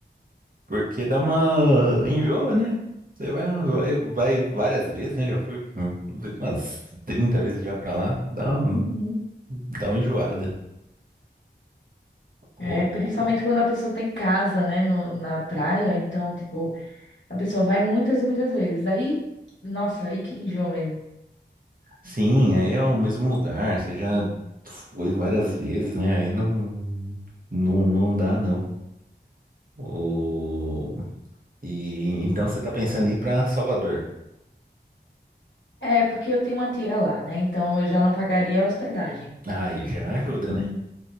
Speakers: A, on the right; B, on the left.
A: Porque dá uma enjoa, né? Você vai, vai, vai várias vezes, né? Já fui hum, umas 30 vezes já pra lá. Dá, um-
B: Uhum.
A: dá uma enjoada.
B: É,
A: o-
B: principalmente
A: o-
B: quando a pessoa tem casa, né, no- na praia, então, tipo, a pessoa vai muitas e muitas vezes. Aí, nossa, aí que enjoa mesmo.
A: Sim, aí é o mesmo lugar. Você já foi várias vezes, né? Aí não, não, não dá, não. O... E então você tá pensando em ir pra Salvador.
B: É, porque eu tenho uma tia lá, né? Então eu já não pagaria a hospedagem.
A: Ah, Aí já ajuda,
B: E-
A: né?